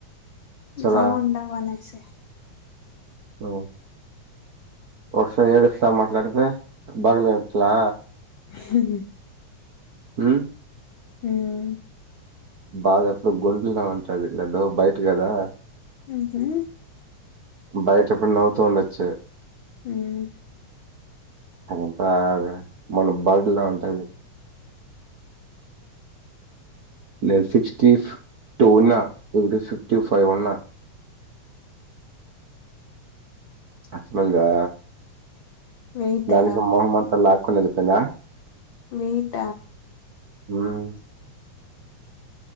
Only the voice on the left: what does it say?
బాగుందవ్ అనేసి
ఉహు
ఉమ్
ఉహు
ఉమ్
వెయిటా
వేట